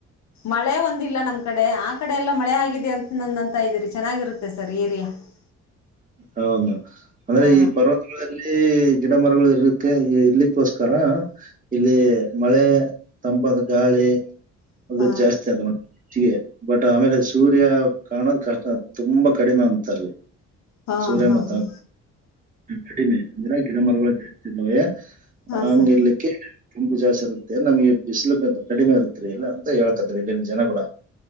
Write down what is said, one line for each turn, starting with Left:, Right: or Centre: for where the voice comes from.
Left: ಮಳೆ ಒಂದಿಲ್ಲ ನಮ್ಮ ಕಡೆ ಆ ಕಡೆ ಎಲ್ಲಾ ಮಳೆ ಹಾಗಿದೆ ಅಂತನ ಅಂತ ಇದ್ದೀರಿ ಚೆನ್ನಾಗಿರುತ್ತೆ ಸರ್ ಏರಿಯಾ. <inaudible> <inaudible>
Right: ಹೌದ ಅಂದ್ರೆ
Left: ಹಾ
Right: ಈ ಪರ್ವತಗಳ. ಇಲ್ಲಿ ಗಿಡ ಮರಗಳು ಇರತ್ತೆ ಇರ್ಲಿಕ್ಕೋಸ್ಕರ. ಇಲ್ಲಿ ಮಳೆ ತಂಪಾದ ಗಾಳಿ
Left: ಹಾ
Right: ಅದು ಜಾಸ್ತಿ ಅಂತ. ಸಿ ಎ ಬಟ್ ಆಮೇಲೆ ಸೂರ್ಯ ಕಾಣದ ಕಷ್ಟ ತುಂಬಾ ಕಡಿಮೆ ಅಂತಾರೀ.
Left: ಹಾ
Right: ಸೂರ್ಯ
Left: ಹಾ
Right: ಮತ್ತ
Left: ಹಾ
Right: ಕಡಿಮೆ ಅಂದ್ರೆ ಗಿಡ ಮರಗಳು ಜಾಸ್ತಿ ಇದ್ದಾವೆ.
Left: ಹಾಂ
Right: ಹಂಗಿರ್ಲಿ.
Left: ಸರ್
Right: ತುಂಬಾ ಜಾಸ್ತಿ ಇರುತ್ತೆ ನಮಗೆ ಬಿಸ್ಲು ಕೂಡಾ ಕಡಿಮೆ ಇರುತ್ತರಿ ಇಲ್ಲಾ ಅಂತ ಹೇಳಕತ್ರಿ ಇಲ್ಲಿನ ಜನ ಕೂಡ.